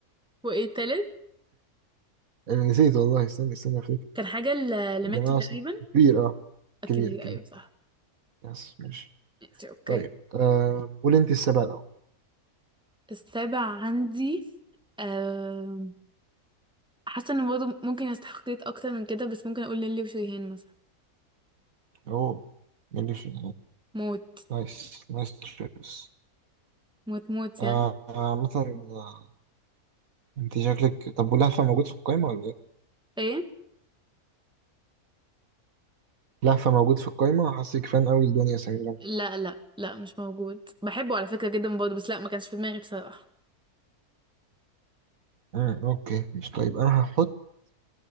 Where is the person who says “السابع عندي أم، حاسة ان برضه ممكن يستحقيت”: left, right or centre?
Centre